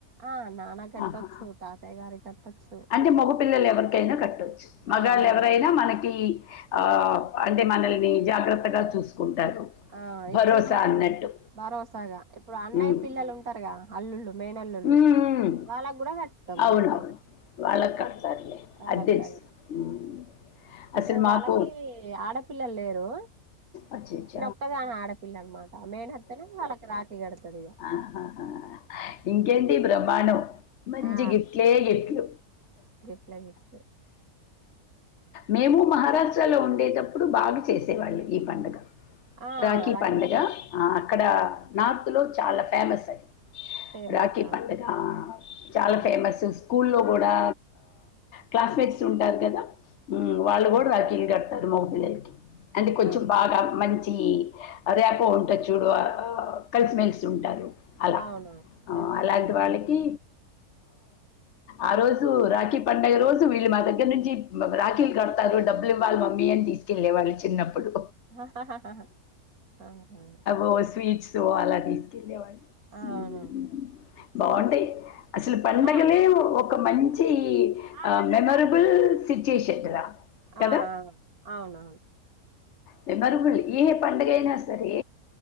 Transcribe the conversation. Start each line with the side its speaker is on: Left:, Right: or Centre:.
Right: ఆ నాన్న కట్టొచ్చు
Left: ఆహా
Right: తాతయ్య గారికి కట్టొచ్చు
Left: అంటే మగపిల్లలు ఎవరికైనా కట్టొచ్చు మగాళ్ళ
Right: ఆ మగ
Left: ఎవరైనా మనకి ఆ అంటే మనల్ని జాగ్రత్తగా చూసుకుంటారు
Right: ఆ
Left: భరోసా
Right: ఇప్పుడు మా
Left: అన్నట్టు
Right: భరోసాగా ఇప్పుడు అన్నయ్య
Left: ఉమ్.
Right: పిల్లలు ఉంటారుగా అల్లులుు మేన్ అల్లులు
Left: ఉమ్.
Right: వాళ్ళకు కూడా కడతాం
Left: అవునవును
Right: మేడం
Left: వాళ్ళకి కడతారులే
Right: వాళ్ళకు
Left: అది తెలుసు
Right: కూడా కతాం
Left: ఉమ్.
Right: ఇప్పుడు
Left: అసలు
Right: వాళ్ళకి
Left: మాకు
Right: ఆడపిల్లలు లేరు
Left: అచ్చ అచ్చ
Right: క్కదాని ఆడపిల్ల అనమాట మేహతునే వాళ్ళకి రాఖీ కడుతుంది ఇక
Left: ఆహాహా! ఇంకేంటి బ్రహ్మాణం మంచి
Right: ఆ
Left: గిఫ్ట్లే గిఫ్ట్లు
Right: లహట్
Left: మేము మహారాష్ట్రలో ఉండేటప్పుడు బాగా చేసేవాళ్ళు ఈ పండుగ
Right: ఆ
Left: రాఖీ పండుగ
Right: పండగ
Left: ఆ అక్కడ నార్త్ లో చాలా ఫేమస్ అది
Right: ఫేమస్
Left: రాఖీ
Right: అవును
Left: పడుగ చాలా
Right: అవును
Left: ఫేమస్ స్కూల్లో కూడా క్లాస్మేట్స్ ఉంటారు కదా వాళ్ళు కూడా రాకిీంగ్ గట్ మపిల్లలకి అంటే కొంచెం
Right: అవును
Left: బాగా మంచి రేపో ఉంట చూడు కలిసిమెలిసి ఉంటారు అలా
Right: అవును అవునవును అట్లా
Left: అలాంటి వాళ్ళకి ఆ రోజు రాఖీ పడుగ రోజు వీళ్ళు మాద దగ్గ నుంచి రాఖీల్ కడతారు, డబ్బులు ఇవ్వాలి మమ్మీ అని తీసుకెళ్లే వాళ్ళు చిన్నప్పుడు.
Right: అవునా
Left: ఒ స్వీట్స్ అలా తీసుకెళ్ళేవాళ్ళు.
Right: అవునవును
Left: మ్ బాగుంటాయి.
Right: సిక్స్
Left: అసలు పండగలే
Right: ఆ
Left: ఒక మంచి
Right: ఆ కసకాల్
Left: మెమర బుల్ సిచువేషన్ రా కదా
Right: ఆ ఆ అవునవున్
Left: మెమోరబుల్ ఏ పండగ అయినా సరే